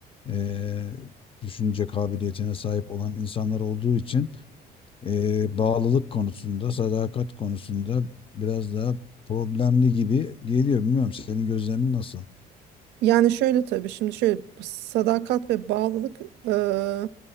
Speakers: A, on the left; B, on the right.
A: e, düşünce kabiliyetine sahip olan insanlar olduğu için e, bağlılık konusunda sadakat konusunda biraz daha problemli gibi geliyor bilmiyorum senin gözlemin nasıl?
B: Yani şöyle tabii şimdi şöyle bu sadakat ve bağlılık eee,